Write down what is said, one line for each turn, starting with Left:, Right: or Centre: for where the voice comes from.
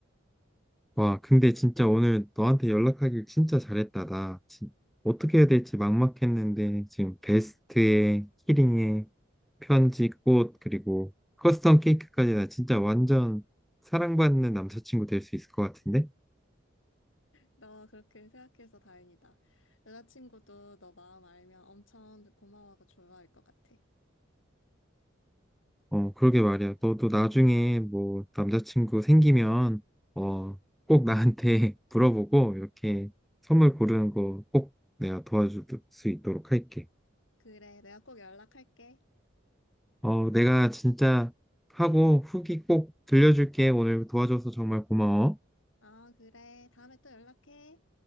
Centre: 와, 근데 진짜 오늘 너한테 연락하길 진짜 잘했다. 나 진- 어떻게 해야 될지 막막했는데 지금 베스트에 키링에 편지, 꽃, 그리고 커스텀 케이크까지 나 진짜 완전 사랑받는 남자친구 될 수 있을 것 같은데?
Left: 너 그렇게 생각해서 다행이다. 여자친구도 너 마음 알면 엄청 고마워하고 좋아할 것 같아.
Centre: 어, 그러게 말이야. 너도 나중에 뭐 남자친구 생기면 어, 꼭 나한테 <laughs> 물어보고 이렇게 선물 고르는 거 꼭 내가 도와줄 수 있도록 할게.
Left: 그래, 내가 꼭 연락할게.
Centre: 어, 내가 진짜 하고 후기 꼭 들려줄게. 오늘 도와줘서 정말 고마워.
Left: 아, 그래. 다음에 또 연락해.